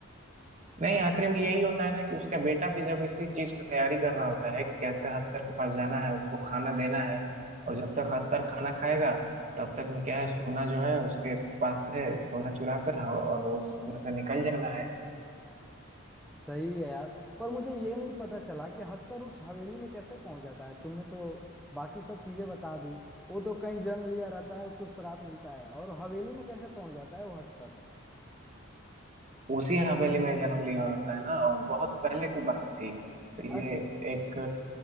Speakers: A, on the right; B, in the centre.
A: नहीं आखिरी में यही होता है ना कि उसका बेटा भी जब इसी चीज का तैयारी कर रहा होता है कि कैसे हस्तर के पास जाना है उसको खाना देना है और जब तक हस्तर खाना खाएगा तब तक में क्या है सोना जो है उसके पास से सोना चुरा कर हाँ, और उसमें से निकल जाना है
B: सही है यार पर मुझे ये नहीं पता चला कि हस्तर उस हवेली में कैसे पहुंच जाता है तुमने तो बाकी सब चीजें बता दी वो तो कहीं जन्म लिया रहता है उसको श्राप मिलता है और हवेली में कैसे पहुंच जाता है वो हस्तर
A: उसी हवेली में जन्म लिया होता है ना और बहुत पहले की बात थी तो
B: अ-
A: ये एक